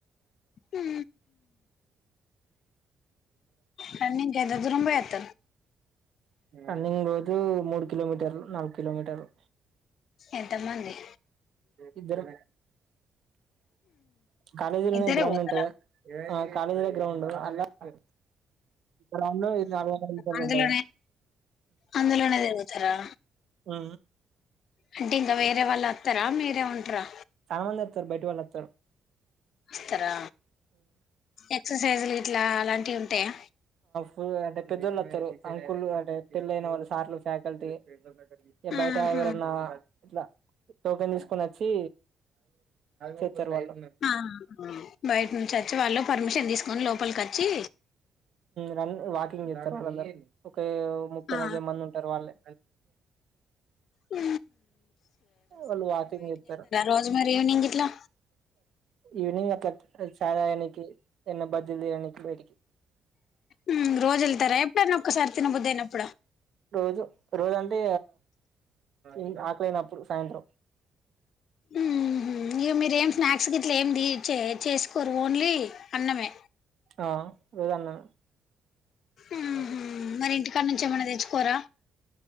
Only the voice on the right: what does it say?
రన్నింగ్ రోజు మూడు కిలోమీటర్లు నాలుగు కిలోమీటర్లు
ఇద్దరు కాలేజ్ లోనే
గ్రౌండ్
ఉంటది కద కాలేజ్ లోనే గ్రౌండ్ అ గ్రౌండ్ ఇ నలవ కమిటర్లు
ఉంటాయి
ఆ
చాలా మంది వతరు బయట వాళ్ళు వత్తరు
ఉమ్ అంటే పెద్దోళ్ళు వస్తారు అంకులు అంటే పెళ్ళయిన వాళ్ళు సార్లు ఫ్యాకల్టీ ఇగ బయట
ఎవరన్నా ఇట్లా టోకెన్ తీసుకోని వచ్చి చేస్తారు వాళ్ళు
రన్ వాకింగ్ చెత్తరు బ్రదర్ ఉమ్ ఓ ముప్పై
నలభై మంది ఉంటారు వాళ్ళే
వాళ్ళు వాకింగ్ చేస్తారు
ఈవినింగ్ అట్ల్ అ చాల ఎకి ఎన్న బజిలూ తిననికి పోయిటికి
రోజు రోజ అంటే ఇగ ఆకలి అయినప్పుడు సాయంత్రం
ఆ రోజు అన్నాను <unintelligible>